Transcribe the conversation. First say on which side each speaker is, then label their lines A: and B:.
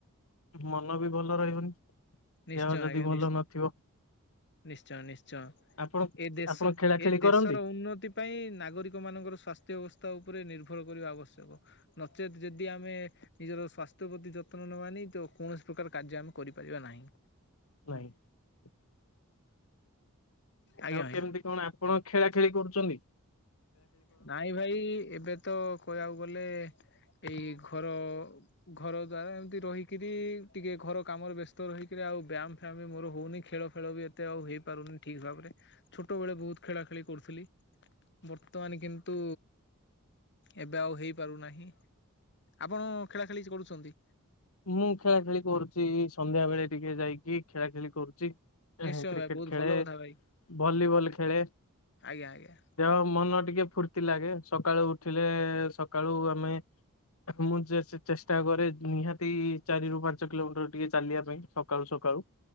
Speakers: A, on the left (about 70°); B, on the left (about 55°).
A: ମନ ବି ଭଲ ରହିବନି।
B: ନିଶ୍ଚୟ
A: ଦେହ ଯଦି
B: ଆଜ୍ଞା,
A: ଭଲ
B: ନିଶ୍ଚୟ,
A: ନଥିବ
B: ନିଶ୍ଚୟଂ, ନିଶ୍ଚୟଂ।
A: ଆପଣ
B: ଏ ଦେଶ
A: ଆପଣ ଖେଳା
B: ଏ
A: ଖେଳି କରନ୍ତି?
B: ଦେଶର ଉନ୍ନତି ପାଇଁ ନାଗରିକ ମାନଙ୍କର ସ୍ୱାସ୍ଥ୍ୟ ଅବସ୍ଥା ସ୍ତା ଉପରେ ନିର୍ଭର କରିବା ଆବଶ୍ୟକ ନଚେତ୍ ଯଦି ଆମେ ନିଜର ସ୍ୱାସ୍ଥ୍ୟ ପ୍ରତି ଯତ୍ନ ନବାନି କିନ୍ତୁ କୌଣସି ପ୍ରକାର କାର୍ଯ୍ୟ ଆମେ କରିପାରିବା ନାହିଁ।
A: <unintelligible>
B: ଆଜ୍ଞା
A: ଆଉ
B: ଭାଇ।
A: କେମିତି କଣ ଆପଣ ଖେଳା ଖେଳି କରୁଚନ୍ତି?
B: ନାଇଁ ଭାଇ ଏବେ ତ କହିବାକୁ ଗଲେ ଏଇ ଘର। ଘର ଦ୍ଵାରା ଏମିତି ରହିକିରି। ଟିକେ ଘର କାମରେ ବ୍ୟସ୍ତ ରହିକିରି, ଆଉ ବ୍ୟାମ୍ ଫ୍ୟାମ୍ ବି ମୋର ହୋଉନି। ଖେଳ ଫେଳ ବି ଏତେ ଆଉ ହେଇପାରୁନି ଠିକ ଭାବରେ। ଛୋଟୋ ବେଳେ ବୋହୁତ ଖେଳା ଖେଳି କରୁ ଥିଲି। ବର୍ତ୍ତମାନ କିନ୍ତୁ ଏବେ ଆଉ ହେଇପାରୁନାହିଁ। ଆପଣ ଖେଳା ଖେଳି କିଛି କରୁଛନ୍ତି।
A: ମୁଁ ଖେଳା ଖେଳି କରୁଚି। ସନ୍ଧ୍ୟା ବେଳେ ଟିକେ ଯାଇକି। ଖେଳା ଖେଳି କରୁଚି।
B: ନିଶ୍ଚୟ
A: ଏହେଁ କ୍ରିକେଟ
B: ଭାଇ ବହୁତ
A: ଖେଳେ।
B: ଭଲ କଥା ଭାଇ
A: ଭଲିିବଲ୍ ଖେଳେ।
B: ଆଜ୍ଞା ଆଜ୍ଞା
A: ଦେହ ମନ ଟିକେ ଫୁର୍ତ୍ତି ଲାଗେ। ସକାଳୁ ଉଠିଲେ, ସକାଳୁ ଆମେ ମୁଁ ଯେ, ସେ ଚେଷ୍ଟା କରେ। ନିହାତି ତି ଚାରି ରୁ ପାଞ୍ଚ କିଲୋମିଟର ଟିକେ ଚାଲିବା ପାଇଁ। ସକାଳୁ ସକାଳୁ।